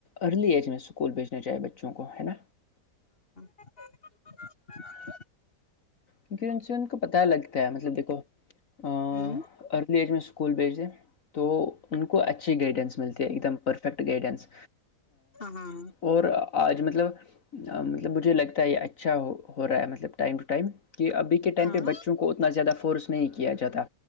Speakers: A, on the left; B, on the left.
A: ارلی ایج میں اسکول بھیجنا چاہے بچے بچوں کو ہے نا
B: <inaudible>
A: کیونکہ ان سے ان کو پتا لگتا ہے مطلب دیکھو ا
B: ہاں
A: ارلی ایج میں <unintelligible> اسکول بھیج دیں تو ان کو اچھی گائیڈنس ملتی ہے ایک دم پرفیکٹ گائیڈینس
B: ہاں
A: اور آج مطلب مطلب مجھے لگتا ہے یہ اچھا ہو رہا ہے مطلب ٹائم ٹو ٹائم کہ ابھی کے ٹائ پہ
B: ہاں
A: بچوں کو اتنا زیادہ فورس نہیں کیا جاتا